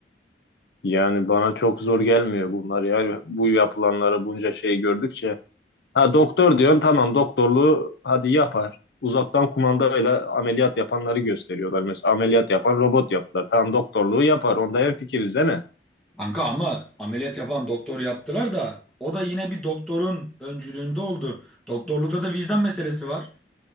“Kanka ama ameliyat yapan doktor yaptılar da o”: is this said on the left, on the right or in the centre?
Centre